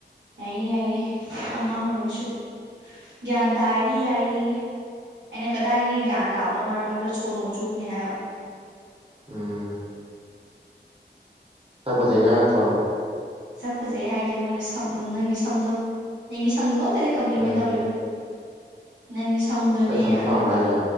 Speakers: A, on the right; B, on the right.
A: ꯌꯥꯏꯌꯦꯦ ꯌꯥꯏꯌꯦꯦ ꯑꯉꯥꯡ ꯑꯣꯏꯔꯁꯨ ꯒ꯭ꯌꯥꯟ ꯇꯥꯔꯗꯤ ꯌꯥꯏꯌꯦ ꯑꯩꯅ ꯀꯗꯥꯏꯗꯒꯤ ꯒ꯭ꯌꯥꯟ ꯇꯥꯕꯅꯣ ꯃꯔꯛ ꯃꯔꯛꯇ ꯁꯣꯟꯅꯨ ꯆꯨꯕꯅꯦ ꯍꯥꯏꯕ
B: ꯎꯝ ꯆꯀꯁ ꯍꯒꯠꯇ꯭ꯔꯣ
A: ꯁꯛ ꯐꯖꯩ ꯍꯥꯏꯗꯤ ꯃꯣꯏꯅ ꯁꯝ ꯅꯪꯒꯤ ꯁꯝꯗꯣ ꯅꯪꯒꯤ ꯁꯝꯗꯨꯣꯃꯛ ꯦ ꯀꯞꯂꯤꯃꯤꯦꯟꯗꯧꯔꯤꯗꯣ
B: ꯎꯝ
A: ꯅꯪ ꯊꯝꯗꯨꯣꯅꯦ
B: ꯑꯩ ꯁꯝꯁꯦ
A: ꯑꯗꯨꯒ
B: ꯄꯥꯝꯕ꯭ꯔꯥ ꯍꯥꯏꯁꯦ